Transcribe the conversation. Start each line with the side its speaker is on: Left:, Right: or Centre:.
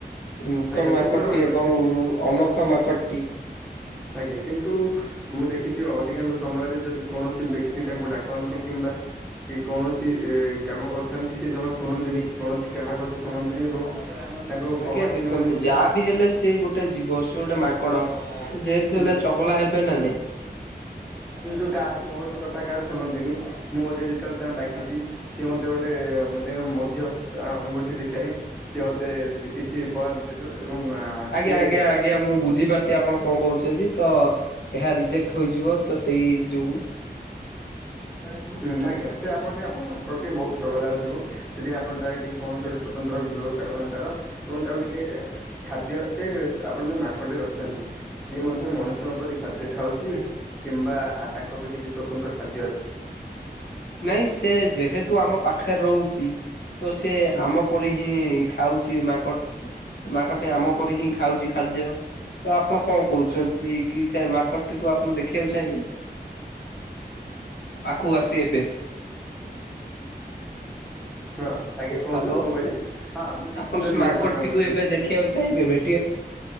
Left: ନୂତନ
Centre: ଆଜ୍ଞା
Left: ମାଙ୍କଡ଼ଟି
Centre: ସୁନ୍ଦର ମାଙ୍କଡଟିଏ
Left: ଏବଂ ଅନୋଖ ମାଙ୍କଡ଼ଟି।
Centre: ଆଜ୍ଞା କିନ୍ତୁ ମୁଁ ଦେଖିଛି ଅଧିକାଂଶ ସମୟରେ ଯଦି କୌଣସି ବ୍ୟକ୍ତି ତାଙ୍କୁ ଡାକନ୍ତି କିମ ବା। କି କୌଣସି କାମ କରିଥାନ୍ତି ସେ ଜମା ଶୁଣନ୍ତିନି କୌଣସି କାହା କଥା ଶୁଣନ୍ତିନି ଏବଂ ତାଙ୍କୁ କହନ୍ତି
Left: ଆଜ୍ଞା ଦେଖନ୍ତୁ
Centre: ମାନେ ସେ
Left: ଯାହା ବିି ହେଲେ ସେ ଗୋଟେ ଜୀବ ସେ ଗୋଟେ ମାଙ୍କଡ। ସେ ଯେହେତୁ
Centre: ହୁଁ
Left: ହେଲେ ଚଗଲା ହେବେ ନା ନାଇଁ।
Centre: କିନ୍ତୁ କାହା କୌଣସି କଥା କାହାର ଶୁଣନ୍ତିନି। ମୁଁ ଯଦି ଯେତେବେଳେ ତାଙ୍କୁ ଡାକିଛି ସିଏ ମତେ ଗୋଟେ ତାଙ୍କ ମଝି ଅଙ୍ଗୁଠି ଦେଖାଇ ସିଏ ମତେ କିଛି ପଳାନ୍ତି ସେଠୁ। ଏବଂ
Left: ଆଜ୍ଞା
Centre: ସିଏ
Left: ଆଜ୍ଞା ଆଜ୍ଞା ମୁଁ ବୁଝିପାରୁଛି ଆପଣ କଣ କହୁଛନ୍ତି ତ ଏହା ରିଜେକ୍ଟ ହୋଇଯିବ ତ ସେଇ ଯୋଗୁଁ
Centre: ହୁଁ ଆଜ୍ଞା ସେ ଆପଣ ଟେ ଆପଣଙ୍କ ମାଙ୍କଡ ଟିକେ ବହୁତ ଚଗଲା ହଉଛି ସେଠି ଆପଣ ତାର କିଛି କୌଣସି ଗୋଟେ ସ୍ଵତନ୍ତ୍ର ବ୍ୟବସ୍ଥା କରନ୍ତୁ ତାର ଏବଂ ତାକୁ ଟିକେ ଖାଦ୍ୟ ସିଏ ଆପଣ ଯୋଉଁ ମାଙ୍କଡ଼ ଟି ରଖିଛନ୍ତି ସିଏ ମଧ୍ୟ ମଣିଷଙ୍କ ପରି ଖାଦ୍ୟ ଖାଉଛି କିମ୍ବା ତାଙ୍କ ପାଇଁ କିଛି ସ୍ଵତନ୍ତ୍ର ଖାଦ୍ୟ ଅଛି?
Left: ନାଇଁ ସେ ଯେହେତୁ ଆମ ପାଖରେ ରହୁଛି ତ ସେ
Centre: ହଁ
Left: ଆମ ପରି ହିଁ ଖାଉଛି ମାଙ୍କ ମାଙ୍କଡଟି ଆମ ପରି ହିଁ ଖାଉଛି ଖାଦ୍ୟ। ତ ଆପଣ କଣ କହୁଛନ୍ତି କି ସେ ମାଙ୍କଡ ଟିକୁ ଆପଣ ଦେଖିବାକୁ ଚାହିଁବେ? ପାଖକୁ ଆସି ଏବେ
Centre: ହଁ ଆଜ୍ଞା
Left: ହ୍ୟାଲୋ
Centre: କୁହନ୍ତୁ କ'ଣ କହିଲେ ହଁ ମୁଁ ନିଶ୍ଚିନ୍ତ
Left: ଆପଣ ସେ
Centre: ଯିବି
Left: ମାଙ୍କଡ଼ଟିକୁ
Centre: ଆପଣଙ୍କ ମାଙ୍କଡ଼
Left: ଏବେ ଦେଖିବାକୁ ଚାହିଁବେ ଏବେ?